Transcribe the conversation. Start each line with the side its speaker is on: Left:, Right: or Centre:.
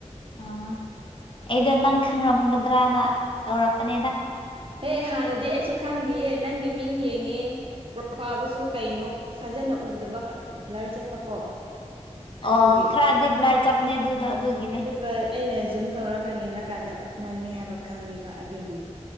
Left: ꯑꯥ ꯑꯩꯗꯣ ꯅꯪ ꯈꯪꯔꯝꯒꯗ꯭ꯔꯅ ꯇꯧꯔꯛꯄꯅꯦꯗ
Right: ꯑꯦꯦ ꯍꯥꯟꯅꯗꯤ ꯑꯩꯁꯨ ꯈꯪꯉꯌꯦꯦ ꯅꯪꯒꯤ ꯃꯤꯡ ꯌꯦꯡꯉꯦ ꯄ꯭ꯔꯣꯐꯥꯏꯜꯗꯨꯁꯨ ꯀꯩꯅꯣ ꯐꯖꯅ ꯎꯗꯕ ꯕ꯭ꯂꯔ ꯆꯠꯄꯀꯣ ꯑꯗꯨꯒꯤ
Left: ꯑꯣ ꯈꯔꯗꯤ ꯕ꯭ꯂꯔ ꯆꯠꯄꯅꯦ ꯑꯗꯨꯗꯣ ꯑꯗꯨꯒꯤꯅꯦ
Right: ꯑꯗꯨꯒ ꯑꯩꯅ ꯖꯨꯝ ꯇꯧꯔꯒ ꯌꯦꯡꯀꯥꯟꯗ ꯅꯪꯅꯦ ꯍꯥꯏꯕ ꯈꯪꯉꯦꯕ ꯑꯗꯨꯒꯤꯅꯤ